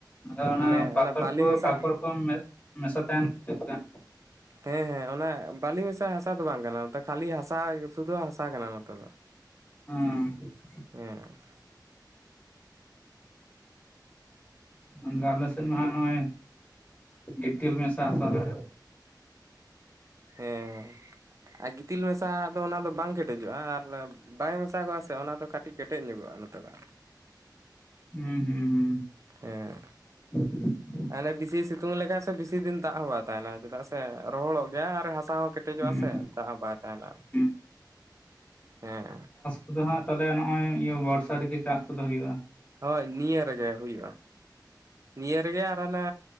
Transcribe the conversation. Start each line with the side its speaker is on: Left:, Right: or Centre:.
Left: ᱟᱫᱚ ᱚᱱᱟ
Right: ᱢᱟᱱᱮ
Left: ᱯᱟᱛᱚᱨ
Right: ᱵᱟᱹᱞᱤ
Left: ᱠᱚ
Right: ᱢᱮᱥᱟ
Left: ᱠᱟᱠᱚᱨ ᱠᱚ ᱢᱮ ᱢᱮᱥᱟ ᱛᱟᱦᱮᱱ ᱥᱮ ᱪᱮᱫ ᱞᱮᱠᱟ
Right: ᱦᱮᱸ ᱦᱮᱸ ᱚᱱᱟ ᱵᱟᱹᱞᱤ ᱢᱮᱥᱟ ᱦᱟᱥᱟ ᱫᱚ ᱵᱟᱝ ᱠᱟᱱᱟ <unintelligible> ᱠᱷᱟᱞᱤ ᱦᱟᱥᱟ ᱥᱩᱫᱩ ᱦᱟᱥᱟ ᱠᱟᱱᱟ ᱱᱚᱛᱮ ᱫᱚ
Left: ᱦᱚᱸ
Right: ᱦᱮᱸ
Left: ᱟᱫᱚ ᱟᱞᱮ ᱥᱮᱫ ᱢᱟ ᱦᱟᱸᱜ ᱱᱚᱜᱼᱚᱭ ᱜᱤᱛᱤᱞ ᱢᱮᱥᱟ ᱦᱟᱥᱟ ᱠᱟᱱᱟ
Right: ᱦᱮᱸ ᱟᱨ ᱜᱤᱛᱤᱞ ᱢᱮᱥᱟ ᱫᱚ ᱚᱱᱟ ᱫᱚ ᱵᱟᱝ ᱠᱮᱴ ᱠᱮᱴᱮᱡᱚᱜᱼᱟ ᱟᱨ ᱵᱟᱭ ᱢᱮᱥᱟ ᱠᱚᱜᱼᱟ ᱥᱮ ᱚᱱᱟ ᱫᱚ ᱠᱟᱹᱴᱤᱡ ᱠᱮᱴᱮᱡ ᱧᱚᱜᱚᱜᱼᱟ ᱱᱚᱛᱮ ᱫᱚ
Left: ᱦᱩᱸ ᱦᱩᱸ ᱦᱩᱸ
Right: ᱦᱮᱸ
Left: <inaudible>
Right: ᱟᱞᱮ ᱵᱤᱥᱤ ᱥᱤᱛᱩᱝ ᱞᱮᱠᱷᱟᱡ ᱥᱮ ᱵᱤᱥᱤ ᱫᱤᱱ ᱫᱟᱜ ᱦᱚᱸ ᱵᱟᱭ ᱛᱟᱦᱮᱱᱟ ᱪᱮᱫᱟᱜ ᱥᱮ ᱨᱚᱦᱚᱲᱚᱜ ᱜᱮᱭᱟ ᱟᱨ ᱦᱟᱥᱟ ᱦᱚ ᱠᱮᱴ ᱠᱮᱴᱮᱡᱚᱜᱼᱟ
Left: ᱦᱩᱸ
Right: ᱥᱮ ᱫᱟᱜ ᱦᱚ ᱵᱟᱭ ᱛᱟᱦᱮᱱᱟ
Left: ᱦᱩᱸ
Right: ᱦᱮᱸ
Left: ᱠᱩᱫᱚ ᱦᱟᱸᱜ ᱛᱟᱦᱚᱞᱮ ᱱᱚᱜᱼᱚᱭ ᱤᱭᱟᱹ ᱵᱚᱨᱥᱟ ᱨᱮᱜᱮ ᱪᱟᱥ ᱠᱚᱫᱚ ᱦᱩᱭᱩᱜᱼᱟ
Right: ᱦᱳᱭ ᱱᱤᱭᱟᱹ ᱨᱮᱜᱮ ᱦᱩᱭᱩᱜᱼᱟ᱾ ᱱᱤᱭᱟᱹ ᱨᱮᱜᱮ ᱟᱨ ᱚᱱᱮ